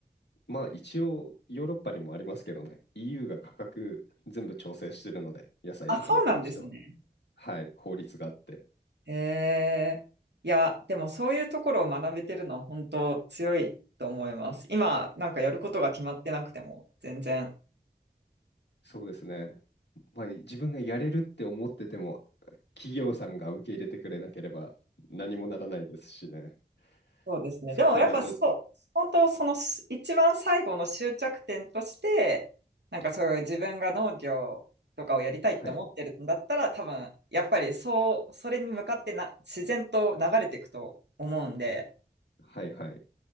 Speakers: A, on the left (about 85°); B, on the right (about 85°).
A: まあ一応ヨーロッパにもありますけどね、EU が価格全部調整してるので、野菜とかに関しては。
B: あ、そうなんですね。
A: はい、法律があって。
B: へえ。いや、でもそういうところを学べてるのは本当強いと思います。今、なんかやることが決まってなくても、全然。
A: そうですね。まあ、自分がやれるって思ってても、企業さんが受け入れてくれなければ何もならないですしね。
B: そうですね。
A: そこがちょっと、
B: でもやっぱそう、本当そのし一番最後の終着点として、なんかそういう自分が農業とかをやりたいって思ってるんだったら、
A: はい、
B: 多分やっぱりそう、それに向かってな自然と流れていくと思うんで、
A: はい、はい。